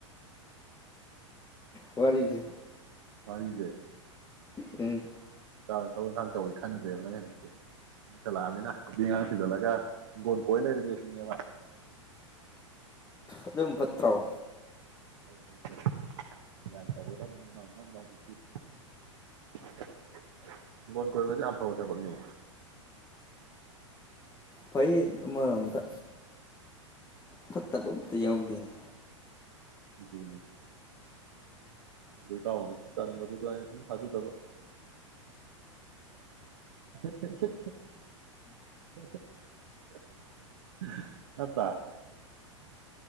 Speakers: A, on the left; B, on the right.
A: ꯋꯥꯔꯤꯁꯦ
B: ꯋꯥꯔꯤꯁꯦ
A: ꯎꯝ
B: ꯊꯕꯛꯈꯥꯡ ꯇꯧꯋꯤ ꯈꯟꯗ꯭ꯔꯦꯕ ꯅꯪ ꯍꯧꯖꯤꯛꯁꯦ ꯂꯣꯏꯁꯜꯂꯛꯑꯅꯤꯅ ꯅꯨꯄꯤ ꯉꯥꯡ ꯊꯖꯜꯂꯒ ꯍꯤꯡꯒꯣꯟ ꯀꯣꯏ ꯂꯩꯔꯒꯦ ꯁꯤꯅꯦꯕ꫰
A: ꯑꯗꯨꯝ ꯐꯠꯇ꯭ꯔꯑꯣ?
B: ꯐꯩ - ꯐꯩ - ꯐꯩ ꯒ꯭ꯌꯥꯟ ꯇꯣꯒꯗꯧꯅꯤ ꯍꯧꯖꯤꯛꯇꯤ ꯍꯤꯡꯒꯣꯟ ꯀꯣꯏꯕꯁꯦ ꯌꯥꯝ ꯐꯕ ꯊꯕꯛꯅꯤ꯫
A: ꯐꯩ ꯑꯃꯔꯣꯝꯗ꯫ ꯐꯠꯇꯕꯝꯇ ꯌꯥꯎꯗꯦꯅꯦ꯫
B: ꯑꯗꯨꯅꯤ꯫ ꯑꯗꯨ ꯏꯇꯥꯑꯣꯗꯤ ꯇꯟꯕꯗꯨꯗ ꯑꯩꯅ ꯁꯨꯝ ꯊꯥꯖꯗꯕ꯫ <unintelligible>